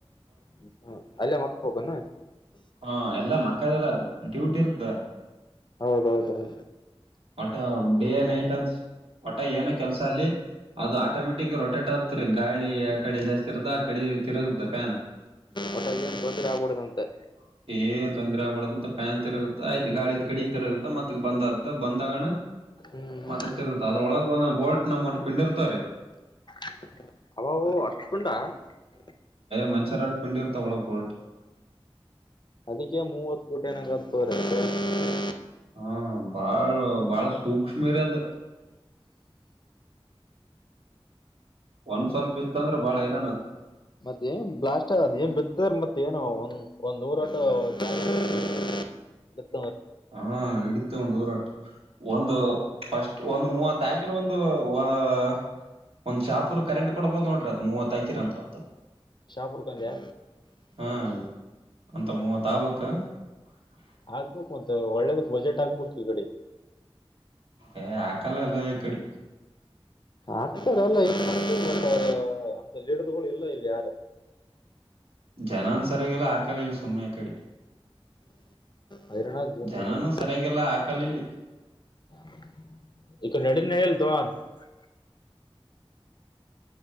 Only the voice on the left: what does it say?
<unintelligible>
ಹೌದೌದೌ <unintelligible>
ಒಟ ಏನ್ ತೊಂದ್ರೆ ಆಗ್ಬಿಡದಂತೆ
ಹ್ಮ್ ಹ್ಮ್
<unintelligible>
ಅದಕ್ಕೆ ಮೂವತ್ ಕೋಟಿನತ್ರ <unintelligible>
ಮತ್ತೆ ನ್ ಬ್ಲಾಸ್ಟ್ ಅಗದ್ ಏನ್ ಬಿತದ <unintelligible> ಮತ್ತೆ ಏನು ಒಂದ ಒಂದ್ ಊರಾಟ <unintelligible> <unintelligible>
ಹ್ಮ್
ಶಾಪುರ್ಕಂದೆ
ಆಕ್ಬೇಕು <unintelligible> ಒಳ್ಳೇದಕ್ ಬಜೆಟ್ ಆಗ್ಬೇಕು ಈ ಕಡೆ.
ಆಕ್ತಾರಲ್ಲ <unintelligible> ಲೀಡರ್ಗಳು ಎಲ್ಲ ಇಲ್ಲಿ ಯಾರು.
ಹೈರಾಣ ಜೀವನ
ಕಡೆ
<unintelligible>